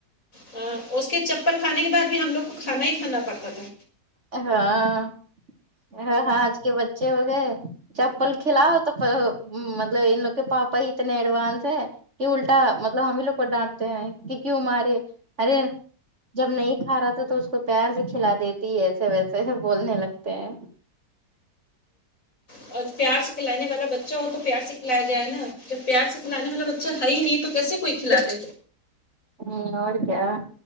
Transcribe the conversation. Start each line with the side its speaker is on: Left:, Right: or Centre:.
Left: ہاں اس کے چپل کھانے کے بعد بھی ہم لوگ کو کھانا ہی کھانا پڑتا تھا
Right: ہاں ہاں ہاں ہاں آج کے بچے ہو گئے ہے چپل کھلاؤ تو مطلب ان لوگ کے پاپا ہی اتنے ایڈوانس ہے کی الٹا مطلب ہم ہی لوگ کو ڈانٹتے ہیں کہ کیوں مارے ارے جب نہیں کھا رہا تھا تو اس کو پیار سے کھلا دے تی ایسے ویسے سب بولنے لگتے ہیں
Left: اور پیار سے کھلانے والا بچہ ہو تو پیار سےکھلایا جائے نا جب پیار سے کھلانے والا بچہ ہے ہی نہیں تو کیسے کوئی کھلا دے
Right: ہمم اور کیا